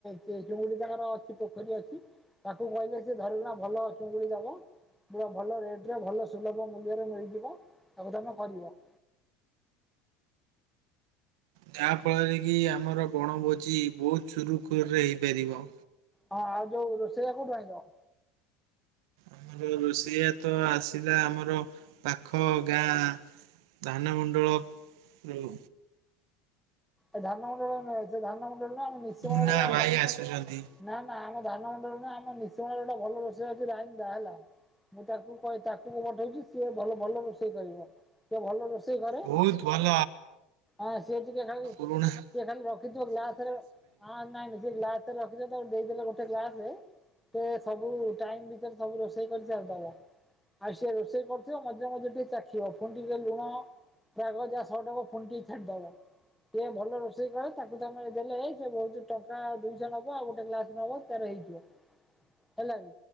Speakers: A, in the centre; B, on the right.
A: ସେ ଜଉ ଗାଜାର ଅଛି ପୋଖରୀ ଅଛି। ତାକୁ କହିଲେ ସେ ଧରିକିନା ଭଲ ଚୁଙ୍ଗୁଡି ଦବ। ପୁରା ଭଲ ରେଟରେ ଭଲ ସୁଲଭ ମୂଲ୍ୟରେ ମିଳିଯିବ, ତାକୁ ତମେ କରିବ।
B: ଯାହା ଫଳରେ କି ଆମର ବଣଭୋଜି ବହୁତ ସୁରୁଖୁରୁରେ ହେଇପାରିବ।
A: ହଁ ଆଉ ଯୋଉ ରୋଷେଇଆ କୋଉଠି ଆଣିଛ?
B: ଆମର ରୋଷେଇଆ ତ ଆସିଲା ଆମର ପାଖ ଗାଁ ଧାନମଣ୍ଡଳ ରୁ
A: ଏ ଧାନମୁଣ୍ଡଳ ନୁହେଁ ସେ ଧାନମୁଣ୍ଡଳ ନା ଆମ ନିଶିମଳା
B: ମୁନା
A: ର ଆଗ
B: ଭାଇ ଆସୁଛନ୍ତି।
A: ନା ନା ଆମ ଧାନମୁଣ୍ଡଳରେ ନା ଆମ ନିଶିମଳାରେ ଗୋଟେ ଭଲ ରୋଷେଇଆ ଅଛି, ରାଇନଦା ହେଲା। ମୁଁ ତାକୁ କହି ତାକୁ ମୁଁ ପଠେଇଛି ସିଏ ଭଲ ଭଲ ରୋଷେଇ କରିବ। ସିଏ ଭଲ ରୋଷେଇ କରେ,
B: ବହୁତ ଭଲ
A: ହଁ ସିଏ ଟିକେ ଖାଲି
B: ପୁଣାହା
A: ଖାଲି ରଖିଥିବ ଗ୍ଲାସ ରେ ହ ନାଇଁ ସେ ଗ୍ଲାସ ରେ ରଖିଛ ଦେଇଦେଲେ ଗୋଟେ ଗ୍ଲାସରେ ସେ ସବୁ ଟାଇମ ଭିତରେ ସବୁ ରୋଷେଇ କରି ସାରିଦବ। ଆଉ ସିଏ ରୋଷେଇ କରୁଥିବ ମଝିରେ ମଝିରେ ଟିକେ ଚାଖିବ, ଫୁଣିଟିକିଏ ଲୁଣ ପଜା ଶହ ଟା ପ ଫୁଣି ଟ ଫେଦେଲା <unintelligible> ଟିକେ ଭଲ ରୋଷେଇ କରେ ତାକୁ ତମେ ଦେଲେ ସେ ବହୁତ ଟଙ୍କା ଦୁଇଶହ ନେବ ଆଉ ଗୋଟେ ଗ୍ଲାସ୍ ନବ ତାରେ ହେଇଯିବ ହେଲା ବି